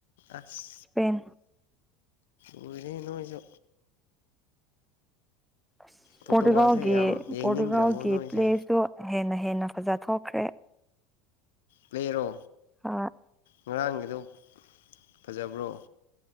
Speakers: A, on the left; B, in the centre.
A: ꯑꯁ
B: ꯏꯁꯄꯦꯟ
A: ꯂꯣꯏꯔꯦ ꯅꯣꯏꯖꯨ
B: ꯑꯁ
A: ꯄꯣꯔꯇꯨꯒꯥꯜꯁꯦ
B: ꯄꯣꯔꯇꯨꯒꯥꯜꯒꯤ
A: ꯌꯥꯝ ꯌꯦꯡꯅꯤꯡꯗ꯭ꯔꯕꯣ
B: ꯄꯣꯔꯇꯨꯒꯥꯜꯒꯤ
A: ꯅꯣꯏꯁꯦ
B: ꯄ꯭ꯂꯦꯁꯇꯨ ꯍꯦꯟꯅ ꯍꯦꯟꯅ ꯐꯖꯊꯣꯛꯈ꯭ꯔꯦ
A: ꯄ꯭ꯂꯦꯔꯣ
B: ꯍꯣꯏ
A: ꯉꯔꯥꯡꯒꯤꯗꯣ ꯐꯖꯕ꯭ꯔꯣ